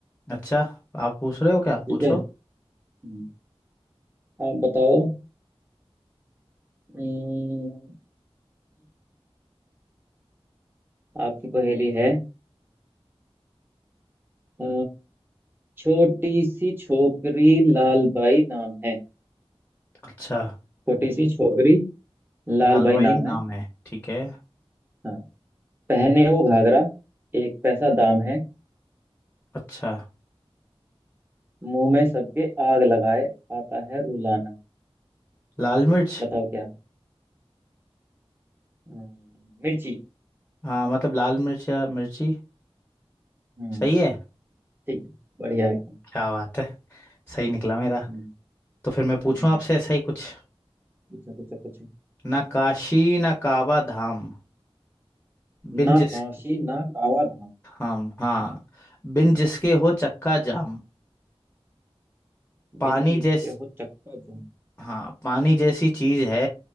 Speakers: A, on the left (about 20°); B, on the right (about 20°).
A: अच्छा आप पूछ रहे हो क्या
B: ठीक
A: पूछो
B: है हम्म, आप बताओ हम्म, आपकी पहेली है अ, छोटी सी छोकरी लाल बाई नाम है
A: अच्छा
B: छोटी सी छोकरी
A: लाल
B: लाल बाई
A: भाई
B: नाम
A: नाम
B: है
A: है ठीक है
B: हाँ पहने वो घाघरा एक पैसा दाम है
A: अच्छा
B: मुंह में सबके आग लगाए आता है रुलाना
A: लाल मिर्च
B: बताओ क्या हम्म, मिर्ची
A: हाँ मतलब लाल मिर्च या मिर्ची
B: हम्म
A: सही है
B: ठीक है बढ़िया है एकदम।
A: क्या बात है सही निकला मेरा
B: हम्म,
A: तो फिर मैं पूछूं
B: हम्म,
A: आपसे ऐसा ही कुछ
B: पूछो पूछो पूछो
A: ना काशी ना काबा धाम बिन
B: ना
A: जिस
B: काशी ना कावा धाम
A: हम हाँ बिन जिसके हो चक्का जाम पानी
B: बिन जिसके
A: जैस
B: हो चक्का जाम
A: हाँ पानी जैसी चीज है